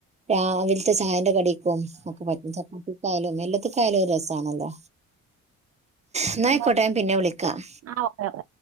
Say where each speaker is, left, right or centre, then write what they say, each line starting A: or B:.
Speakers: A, on the right (about 20°); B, on the right (about 55°).
A: രാവിലത്തെ ചായെൻ്റെ കടിക്കും ഒക്കെ പറ്റും ചപ്പാത്തിക്കായാലും എല്ലാത്തിും കാല രസമാണല്ലോ എന്ന
B: ഇതില്ല
A: ആയിക്കോട്ടെ പിന്നെ വിളിക്കാം
B: ആ ഓക്കെ ഓക്കെ